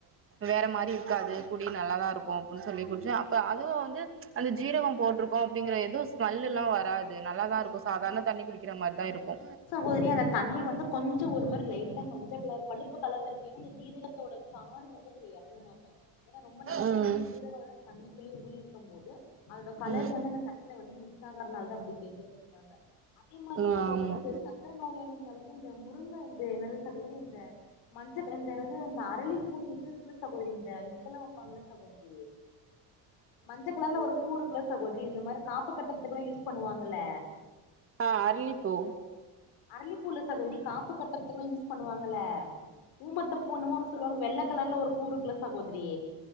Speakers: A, on the right (about 35°); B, on the left (about 90°).
A: வேற மாரி இருக்காது குடி நல்லாதாருக்கு அப்பன் சொல்லி குச்சே அப்ப அதுவு வந்து அந்த ஜீரகம் போட்ருக்கோ அப்டிங்கற எதுவு ஸ்மெல்லெல்லா வராது நல்லாதாருக் இப்ப சாதார்ன தண்ணி குடிக்கற மாரிதா இருக்கு
B: ஓரிய அந்த தண்ணி வந்து கொஞ்ச ஒரு மாரி லைட்டா மஞ்ச கலர் கருப்பு கலர்ல இருக்கு ஏன்னா இந்த ஜீரகத்தோட சாரு வந்து இதுல எறங்குமா ஏன்னா ரொம்ப நேர
A: ம்
B: வந்து இந்த ஜீரகம் வந்து தண்ணிக்குள்ளயே ஊறி இருக்கும் போது அதோட கலர்
A: ம்
B: வந்து அந்த தண்ணியில வந்து மிக்ஸ் ஆகறதுனால தா அப்பிடி தெரியு அதே மாதிரி சகோதரி
A: ஆமா
B: இந்த சக்கர நோயாளிங்ளுக்கு இந்த மு ங்க இந்த என்னாது சகோதரி இந்த மஞ்ச க என்னது இந்த அரளி பூன்னு இது இல்ல சகோதரி இந்த இதுக்கெல்லா வப்பாங்கள சகோதரி மஞ்சக் கலர்ல ஒரு ஊருக்குள்ள சகோதரி இந்த மாரி காப்ப கட்றத்துக்கெல்லா யூஸ் பண்ணுவாங்கல்ல
A: ஆ அரலிப்பூ
B: அரளிப்பூ இல்ல சகோதரி காப்பு கட்டுறதுக்குல்லா யூஸ் பண்ணுவாங்கல ஊமத்தப்பூ எனமோஸ் சொல்லுவாங்க வெள்ள கலர்ல ஒரு பூ இருக்குல்ல சகோதரி